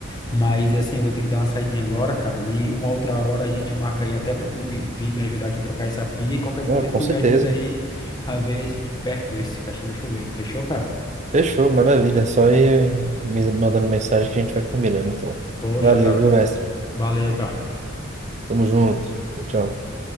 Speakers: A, on the left; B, on the right.
A: Mas assim, eu vou ter que dar uma saidinha agora, cara. E uma outra hora a gente marca aí até pra tu vi- vir me ajudar aqui a trocar essa pia e qualquer coisa
B: Ah, com
A: tu
B: certeza.
A: me ajuda aí a ver de perto esse caixão do chuveiro. Fechou, cara?
B: Fechou, maravilha. Só ir me mandando mensagem que a gente vai combinando, então.
A: Poxa,
B: Valeu,
A: cara.
B: viu, mestre?
A: Valeu, cara.
B: Tamo junto. Tchau, tchau.